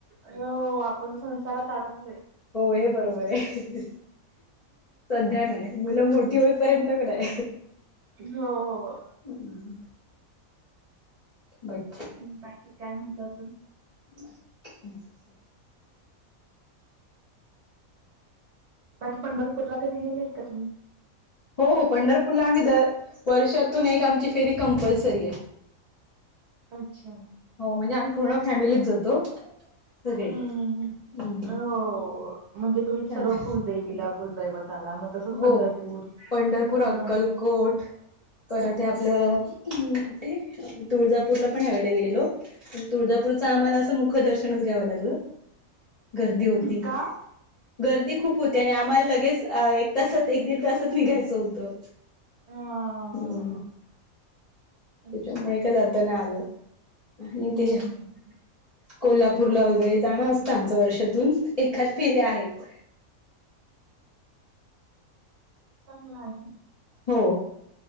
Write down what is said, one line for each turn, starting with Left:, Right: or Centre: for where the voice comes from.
Right: हो, आपण संसारात अडकलोय.
Left: हो हे बरोबर आहे, सध्या नाही. मुलं मोठी होईपर्यंत कनाय
Right: हो-होय
Left: ह <unintelligible> बट
Right: ह, बाकी काय म्हणतो आजून?
Left: ब <inaudible>
Right: बाकी पंढरपूर ला कधी गेलेत का तुम्ही?
Left: हो- हो पंढरपूरला आम्ही दर, वर्षातून एक आमची फेरी कंपल्सरी आहे.
Right: अच्छा!
Left: हो, म्हणजे आम्ही पूर्ण फॅमिलीच जातो. सगळे
Right: हम्म,
Left: हम्म
Right: हो म्हणजे तुम्ही
Left: छान
Right: सर्व
Left: आहे
Right: कुलदेवीला फुलदैवतला, मग तसच
Left: हो
Right: पंढरपूर
Left: पंढरपूर अक्कलकोट
Right: ह
Left: परत हे आपलं कुठे? तुळजापूरला पण ह्या वेळेला गेलेलो. पण तुळजापूरचा आम्हाला असं मुखदर्शन घ्याव लागलं, गर्दी होती,
Right: का
Left: गर्दी खूप होती आणि आमाला ल तेच एक तासात एक दीड तासात निघायच होतं.
Right: हा
Left: हम्म
Right: अच्छा
Left: त्याच्यामुळे काय जाता नाय आलं,
Right: हम्म
Left: आणि ते कोल्हापूरला वगैरे जाणं असतं आमच वर्षातून एखाद फेरी आहेत.
Right: चांगला आहे.
Left: हो.